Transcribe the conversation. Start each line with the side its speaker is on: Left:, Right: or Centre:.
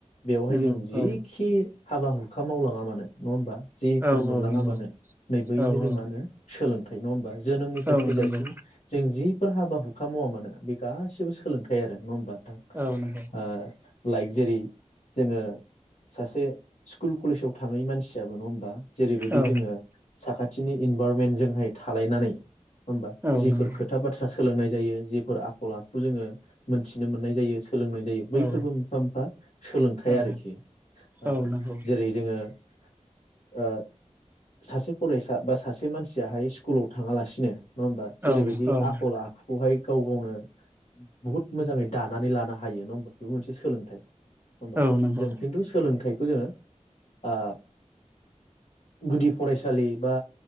Left: बेवहाय
Right: नंगौ
Left: जों जिखि
Right: औ
Left: हाबा हुखा मावलाङा मानो नङा होमबा जिफोर
Right: औ
Left: मोनलाङा
Right: औ नंगौ
Left: मानो नैबोयनो
Right: औ
Left: जों
Right: औ
Left: मा होनो सोलोंथाइ नङा होमबा जोनोमनिफ्राय
Right: औ
Left: थैजासिम
Right: नंगौ
Left: जों जि फोर हाबा हुखा मावा मानो बे गासिबो सोलोंथायाइ आरो नङा होमबा थां
Right: औ नंगौ
Left: ओ लाइ जेरै जोङो सासे स्कुल कलेजाव थाङै मानसियाबो नङा होमबा जेरैबायदि
Right: औ
Left: जोङो साखाथिनि इन भारनमेन्टजोंहाय थालायनानै होमबा
Right: औ
Left: जिफोर
Right: नंगौ
Left: खोथा बाथ्रा स सोलोंनाय जायो जिफोर आखल आखु जोङो मोनथिनो मोननाय जायो सोलोंनाय जायो बैफोरबो
Right: औ
Left: मोनफा मोनफा सोलोंथायाइ
Right: औ नंगौ औ
Left: आरोखि ओ
Right: औ नंगौ
Left: जेरै जोङो ओ ओ सासे फराय या बा सासे मानसियाहाय स्कुलाव थाङालासिनो नङा होमबा जेरैबायदि
Right: औ औ
Left: आखल आखुखौहाय गाव गावनो बुहुद मोजाङै दानानै लानो हायो नङा होमबा बेबो मोनसे सोलोंथाइ होनबा
Right: औ नंगौ
Left: जों सोलोंथाइखौ जोङो आ गुदि फरायसालि बा